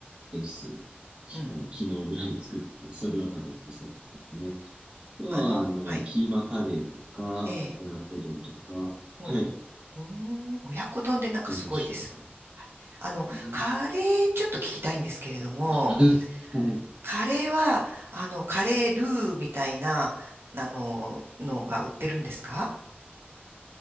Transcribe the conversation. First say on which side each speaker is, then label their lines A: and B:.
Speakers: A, on the right; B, on the right.
A: ライス、きあの、
B: うん。
A: 昨日ぐらいに作って、それを食べてる最中ですね。あとは、
B: あの、
A: あの、
B: はい。
A: キーマカレーとか、
B: ええ。
A: 親子丼とか、
B: うん。
A: はい、
B: うーん。親子丼でなんかすごいです。
A: なんでしょうか。
B: あの、
A: えー
B: カレーちょっと聞きたいんですけれども、
A: <laughs> はい。
B: カレーは、あの、カレールーみたいな、あの、のが売ってるんですか